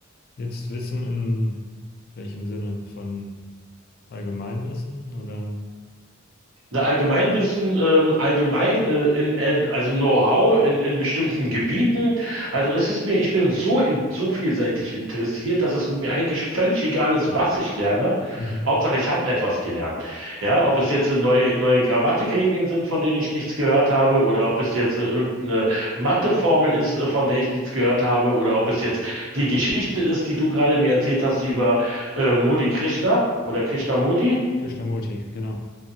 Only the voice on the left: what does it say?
Jetzt Wissen in welchem Sinne? Von Allgemeinwissen oder?
Mhm.
Krishnamurti, genau.